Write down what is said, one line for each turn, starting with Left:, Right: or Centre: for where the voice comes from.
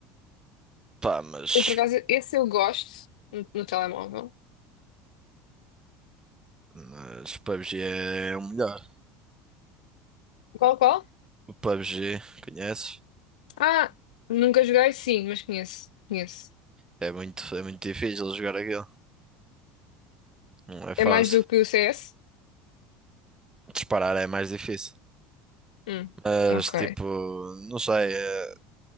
Right: Pá, mas
Left: Eu, por acaso, esse eu gosto no, no telemóvel.
Right: Mas PUBG é o melhor.
Left: Qual, qual?
Right: O PUBG, conheces?
Left: Ah, nunca joguei, sim, mas conheço, conheço.
Right: É muito, é muito difícil jogar aquilo. Não é fácil.
Left: É mais do que o CS?
Right: Disparar é mais difícil.
Left: Hum,
Right: Mas
Left: ok.
Right: tipo, não sei, é-